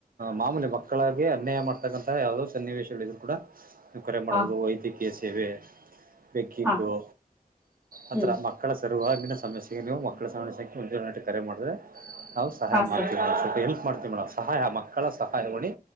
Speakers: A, on the right (about 75°); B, on the right (about 15°).
A: ಮಾಮೂಲಿ ಮಕ್ಕಳಾಗಿ ಅನ್ಯಾಯ ಮಾಡ್ತತಕ್ಕಂತ ಯಾವ್ದೋ ಸನ್ನಿವೇಶಗಳಿದ್ರು ಕೂಡ ನೀವ ಕರೆ ಮಾಡಬೋದು
B: ಹಾಂ
A: ವೈದ್ಯಕೀಯ ಸೇವೆ ಬೆಕಿಂಗು
B: ಹಾಂ
A: ಆ
B: ಹ್ಞೂ
A: ಥರ ಮಕ್ಕ ಕಳಸರು ಆಗಿನ ಸಮಸ್ಯೆನು ಮಕ್ಕಳ ಸಮಸ್ಯೆಗೆ ಮುಂಜೂಣಟ್ಟು ಕರೆ ಮಾಡಿದ ಹಾ ಸಹಾಯ
B: ಹಾಂ
A: ಮಾಡ್ತೀವಿ
B: ಸರ್
A: <unintelligible> ಸ್ವಲ್ಪ ಎಲ್ಪ್ ಮಾಡ್ತೀವಿ ಮೆಡಮ ಸಹಾಯ ಮಕ್ಕಳ ಸಹಾಯ ಮಾಡಿ.